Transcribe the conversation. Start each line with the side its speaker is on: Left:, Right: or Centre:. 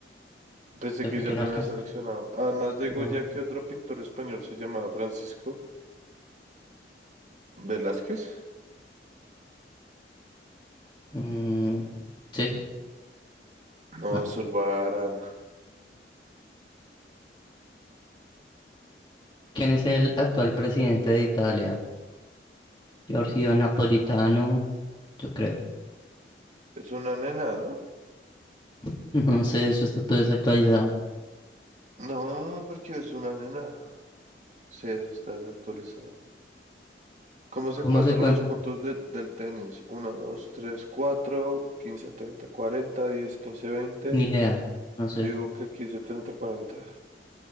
Right: Pensé
Left: Yo
Right: que
Left: fue que
Right: ya lo
Left: no alcanza.
Right: había seleccionado. Además de
Left: No.
Right: Goya, ¿qué otro pintor español se llamaba Francisco Velázquez?
Left: Mm, sí.
Right: No,
Left: no.
Right: Zurbarán.
Left: ¿Quién es el actual presidente de Italia? Giorgio Napolitano, yo creo.
Right: Es una nena, ¿no?
Left: <laughs> No sé, eso está todo desactualizado.
Right: No, porque es una nena. Sí, eso está desactualizado. ¿Cómo se
Left: ¿Cómo
Right: encuentran
Left: se cuenta?
Right: los puntos de- del tenis? uno dos tres cuatro quince treinta cuarenta diez quince veinte
Left: Ni idea, no sé.
Right: Yo digo que quince treinta cuarenta